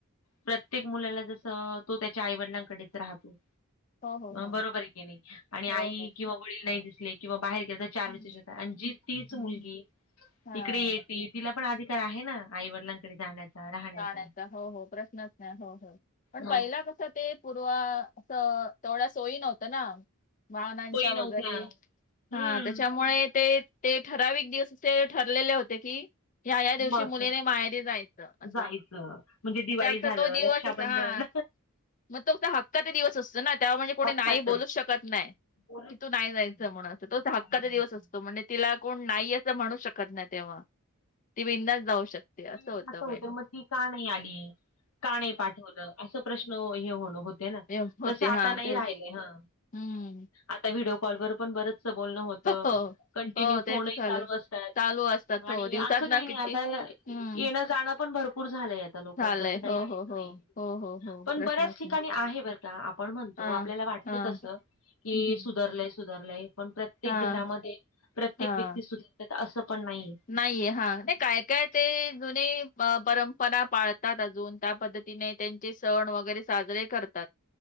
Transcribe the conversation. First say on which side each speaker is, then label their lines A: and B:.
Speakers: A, on the left (about 75°); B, on the left (about 40°).
A: प्रत्येक मुलाला जसं तो त्याच्या आईवडिलांकडेच राहतो.
B: हो हो हो
A: बरोबर आहे कणी. आणि
B: हो
A: आई
B: हो
A: किंवा वडील नाही दिसले किंवा बाहेर गेले. <unintelligible>
B: हम्म
A: आणि जी तीच
B: हम्म.
A: मुलगी
B: हा
A: इकडे येेती. तिला पण अधिकार आहे ना आईवडिलांकडे जाण्याचा. राहण्याचा
B: गाण्याचा हो हो प्रश्नच नाही. हो हो पण
A: मग
B: पहिला कस ते. पूर्वा असं तेवढ्या सोयी नव्हत्या ना. भावनांच्या
A: सोयी नव्हत्या.
B: वगैरे
A: हम्म
B: हां त्यांच्यामुळे ते. ते ‌ठराविक दिवस असे ठरलेले होते. की ह्या ह्या दिवशी
A: मस्त
B: मुलीने माहेरी जायचं. असं
A: जायचं म्हणजे
B: मग
A: दिवाळी
B: त्याचा
A: झालं
B: तो दिवस
A: रक्षाबंधन
B: असं हा. मग तो हक्काचा दिवस असतो ना, तेव्हा म्हणजे कोणी
A: हक्काच
B: नाही बोलूच शकत नाय.
A: बोलूच
B: कि तू नाही
A: शकत
B: जायचं म्हणून, असं तो हक्काचं
A: नाही जायचं
B: दिवस. तोच असतो. म्हणजे तिला कोण नाही असं म्हणू शकत नाही तेव्हा. ती बिंदास जाऊ शकते असं
A: त्यावेळेस
B: होतं पहिला.
A: मग ती का नाही आली. का नाही पाठवलं असं प्रश्न हे होते ना,
B: एव- होते
A: तसं आता
B: हा
A: नाही
B: तेच
A: राहिले ह.
B: हम्म.
A: आता व्हिडिओ कॉलवर पण बरंच बोलणं होतं.
B: हो
A: कंटिन्यू
B: हो तेच
A: फोनही
B: झालं
A: चालू असतात.
B: चालू असतात.
A: आणि
B: हो दिवसात
A: असं काही
B: ना
A: नाही.
B: किती
A: आता
B: हम्म
A: येणं जाणं पण भरपूर झालंय. आता लोकांचं
B: झालंय
A: असं काही
B: हो
A: राहिल
B: हो हो
A: नाही.
B: हो हो हो
A: पण
B: प्रश्नच
A: बऱ्याच ठिकाणी
B: नाही
A: आहे. बर का आपण म्हणतो
B: हा
A: आपल्याला वाटत
B: हा
A: तस की
B: हम्म.
A: सु सुधरलंय सुधरलंय पण प्रत्येक
B: हा
A: घरामध्ये प्रत्येक
B: हा
A: व्यक्ती सुधरतात असं पण नाहीये.
B: नाहीये हा नाही काय काय ते जुने. अ परंपरा पाळतात. अजून त्या पद्धतीने त्यांचे सण वगैरे साजरे करतात.